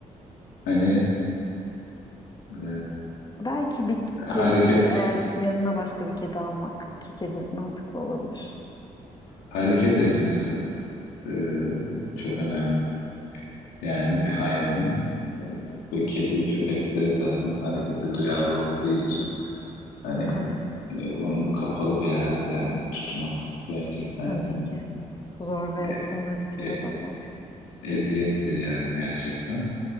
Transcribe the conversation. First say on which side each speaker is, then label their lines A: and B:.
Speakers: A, on the left; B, on the left.
A: Hani e,
B: Belki bir kedi
A: hareket
B: ise eğer yanına başka bir kedi almak, iki kedi mantıklı olabilir.
A: hareket etmesi e, çok önemli. Yani bir hayvanın e, ve kedi, köpek de zaten harekete duyarlı olduğu için hani
B: E, tabii,
A: e, onu kapalı bir yerde yani tutmak gerçekten
B: tabii
A: yani
B: ki. Zor ve
A: e-
B: onlar için
A: e-
B: de zor gerçekten.
A: eziyettir yani gerçekten.